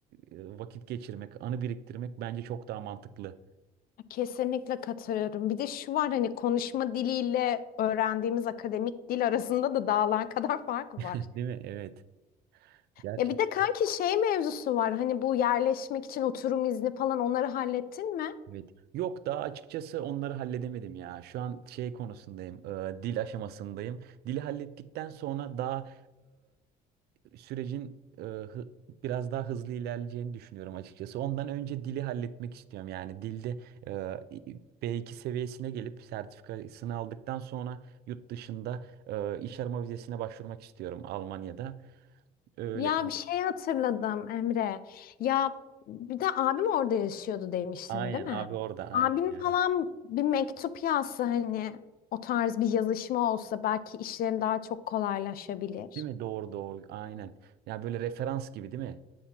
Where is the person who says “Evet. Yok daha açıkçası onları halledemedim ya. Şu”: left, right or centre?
Right